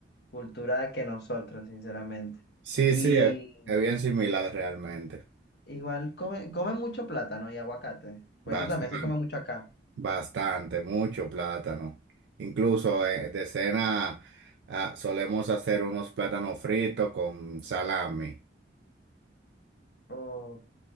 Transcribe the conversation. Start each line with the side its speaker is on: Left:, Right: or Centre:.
Left: cultura que nosotros, sinceramente.
Right: Sí,
Left: Y
Right: sí, es es bien similar realmente.
Left: igual comen comen mucho plátano y aguacate. pues
Right: Bastante,
Left: eso también se come mucho acá.
Right: bastante, mucho plátano. Incluso eh, de cena ah, solemos hacer unos plátanos fritos con salami,
Left: Ok.